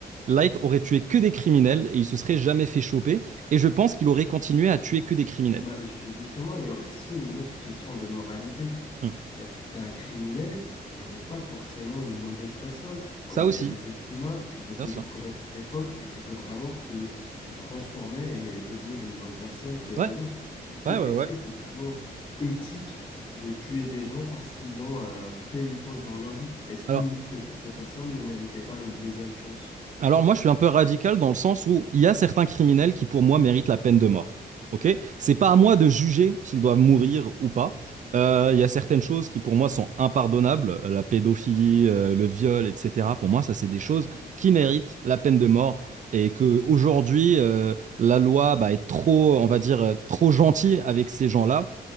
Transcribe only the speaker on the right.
Light aurait tué que des criminels et il se serait jamais fait choper. Et je pense qu'il aurait continué à tuer que des criminels.
Hmm.
Ça
aussi,
bien sûr.
Ouais,
ouais, ouais,
ouais.
Alors,
Alors moi, je suis un peu radical dans le sens où il y a certains criminels qui, pour moi, méritent la peine de mort. Ok? C'est pas à moi de juger s'ils doivent mourir ou pas. Euh, il y a certaines choses qui, pour moi, sont impardonnables. La pédophilie, euh, le viol, etc. Pour moi, ça, c'est des choses qui méritent la peine de mort. Et que aujourd'hui, euh, la loi bah, est trop, on va dire, euh, trop gentille avec ces gens-là.